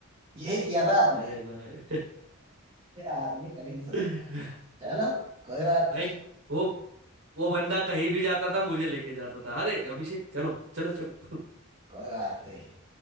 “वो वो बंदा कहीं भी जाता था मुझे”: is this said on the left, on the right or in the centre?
Right